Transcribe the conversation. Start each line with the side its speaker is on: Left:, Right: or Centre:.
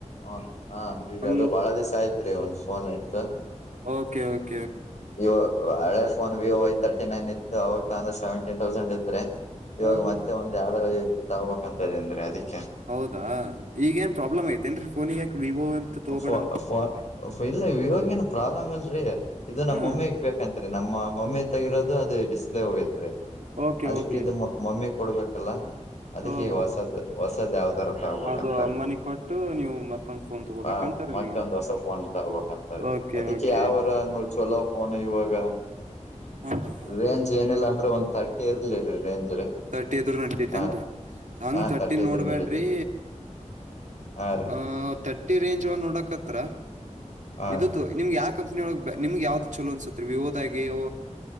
Left: ಹೂ ಹಾ ಈಗ
Right: ಒಂದ್
Left: ಅದು ಬಾಳ ದಿವಸ ಆಯ್ತ್ರಿ ಒಂದ್ ಫೋನ್ ಆಯತ
Right: ಓಕೆ ಓಕೆ
Left: ಇವ ಹಳೆ phone Vivo I thirty nine ಇತ್ತು ಅವಾಗ ಅಂದ್ರೆ ಸೆವೆಂಟೀನ್ ತೌಸಂಡ್ ಇತ್ರಿ ಇವಾಗ
Right: ಹಾ ಹಾ
Left: ಮತ್ತೆ ಒಂದ್ ಯದರ ಈ ತಗೋಬೇಕಂತ ಅದಿನ್ರಿ ಅದಿಕ್ಕೆ
Right: ಹೌದಾ ಈಗೇನ್ ಪ್ರಾಬ್ಲಮ್ ಐತೆೇಏನ್ರೀ ಫೋನ್ ಈಗಾಕ ವಿವೋ ತಗೋಬೇಡ
Left: ಪೊ
Right: ಅಂತ
Left: ಪೋನ್ ಇಲ್ಲ ಇವಾಗೇನು ಪ್ರಾಬ್ಲಮ್ ಇಲ್ ರಿ ಇದು ನಮ್ಮಮ್ಮಿ
Right: ಹ್ಮ್
Left: ಗೆ ಬೇಕತ್ರಿ ನಮ್ಮ ನಮ್ಮ ಮಮ್ಮಿ ತಗಿರೋದು ಅದು ಡಿಸ್ಪ್ಲೇ ಹೋಗತ್ರಿ
Right: ಓಕೆ
Left: ಅದಕ್ಕೆ
Right: ಓಕೆ
Left: ಇದು ಮಮ್ಮಿ ಕೊಡ್ಬೇಕಲ್ಲ ಅದಕ್ಕೆ
Right: ಹಾ ಹಾ
Left: ಹೊಸದ್
Right: ಹಾ
Left: ಹೊಸದ್ ಯಾವ್ದರ ತೋಗಬೇಕಂತಾರೆ
Right: ಅದು ಅಮ್ಮನಿಗೆ ಕೊಟ್ಟು ನೀವು ಮತ್ತೊಂದ್ ಫೋನ್ ತಗೋಬೇಕಂತಾರ
Left: ಹ ಮತ್ತೊಂದ್
Right: ನೀವು
Left: ಹೊಸ ಫೋನ್ ತಗಬೇಕಂತ
Right: ಓಕೆ
Left: ಅದಕ್ಕೆ
Right: ಓಕೆ
Left: ಯಾವರ ಚಲೋ ಫೋನ್ ಇವಾಗ
Right: ಹಾ ಹಾ
Left: ರೇಂಜ್ ಏನಿಲ್ಲ ಅಂದ್ರೆ ಒಂದ ತಥರ್ಟಿ ಇರ್ಲಿ ರೀ ರೇಂಜ್ ರೀ
Right: ತರ್ಟಿ ಅದ್ರ ನಂಟೈತೆನ್ರಿ
Left: ಹ
Right: ಹಂಗ
Left: ಹಾ
Right: ತರ್ಟಿ
Left: ಇದ್ರ
Right: ನೋಡ್ಬ್ಯಾಡ್ರಿ
Left: ನಡೀತು ಹಾ ರೀ
Right: ಆಹ ತರ್ಟಿ ರೇಂಜ್ ಒ ನೋಡಕ್ತ್ರ
Left: ಹಾ
Right: ಇದುತ್ತು
Left: ರೀ
Right: ನಿಮ್ಗೆ ಯಾವ ಕಂಪ್ನಿ ಒಳಗ್ ನಿಮ್ಗೆ ಯಾವ್ದ್ ಚಲೋ ಅನ್ಸತ್ರಿ ವಿವೋದಾಗೋ